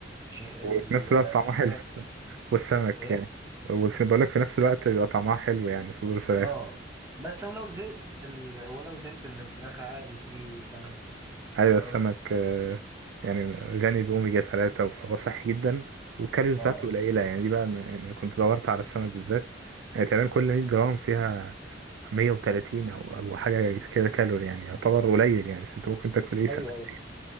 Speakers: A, on the right; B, on the right.
A: شيء
B: وفي
A: الاسماك
B: نفس الوقت طعمها حلو والسمك
A: ايه
B: يعني وفي بقول لك في نفس الوقت بيبقى طعمها حلو يعني صدور الفراخ
A: اه بس ولو زهقت من ال... ولو زهقت من الفراخ عادي في سمك
B: ايوه
A: تمام
B: السمك آه، يعني غني باوميجا 3 فهو صحي جدا والكالوريز بتاعته
A: اه
B: قليله يعني دي بقى م- يعني كنت دورت على السمك بالذات يعني تقريبا كل 100 جرام فيها 130 او او حاجه كده كالوري يعني يعتبر قليل يعني فانت ممكن تاكل ايه سمكتين
A: ايوه أيوه.